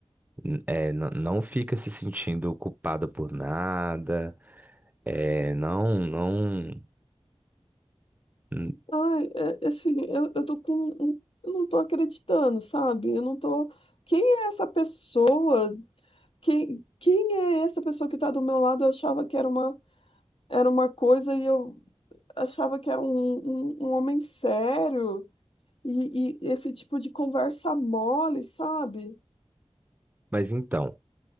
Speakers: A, on the right (about 15°); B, on the left (about 55°).
A: N- É, n- não fica se sentindo culpada por nada, é, não, não. n-
B: Ai, é- é assim, eu, eu tô com. um- um, Eu não tô acreditando, sabe? Eu não tô. Quem é essa pessoa? Quem, quem é essa pessoa que tá do meu lado? Eu achava que era uma, era uma coisa e eu achava que era um, um, um homem sério. E, e esse tipo de conversa mole, sabe?
A: Mas então,